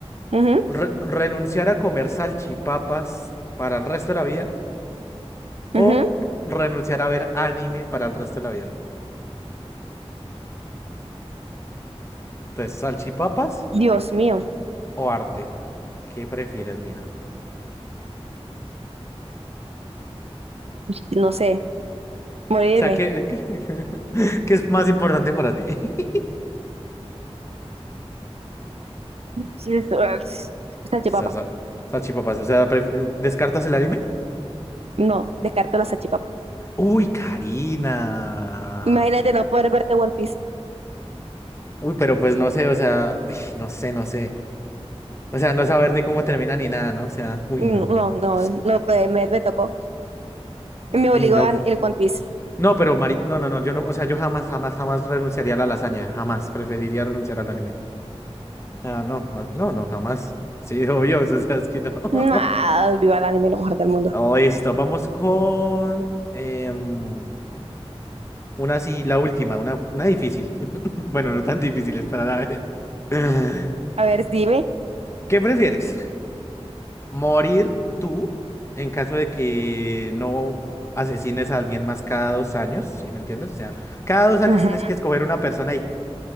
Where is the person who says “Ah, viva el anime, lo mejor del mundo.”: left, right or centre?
Right